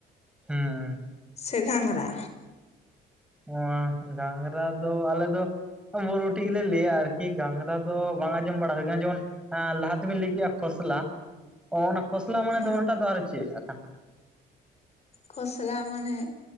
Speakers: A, in the centre; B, on the left.
A: ᱦᱩᱸ
B: ᱥᱮ ᱜᱷᱟᱝᱨᱟ᱾
A: ᱚ ᱜᱷᱟᱝᱨᱟ ᱫᱚ ᱟᱞᱮ ᱫᱚ᱾ ᱵᱚᱨᱵᱚᱴᱤ ᱜᱮᱞᱮ ᱞᱟᱹᱭᱟ ᱟᱨᱠᱤ ᱜᱟᱝᱨᱟ ᱫᱚ ᱵᱟᱝ ᱟᱸᱡᱚᱢ ᱵᱟᱲᱟ ᱟᱠᱟᱱᱟ ᱡᱮᱢᱚᱱ ᱞᱟᱦᱟ ᱛᱮᱵᱤᱱ ᱞᱟᱹᱭ ᱠᱮᱜᱼᱟ ᱠᱷᱚᱥᱞᱟ ᱚ ᱚᱱᱟ ᱠᱷᱚᱥᱞᱟ ᱢᱟᱱᱮ
B: ᱦᱮᱸ
A: ᱫᱚ ᱚᱱᱟᱴᱟᱜ ᱫᱚ ᱟᱨᱚ ᱪᱮᱫ ᱟᱠᱷᱟᱱ?
B: ᱠᱷᱚᱥᱞᱟ ᱢᱟᱱᱮ,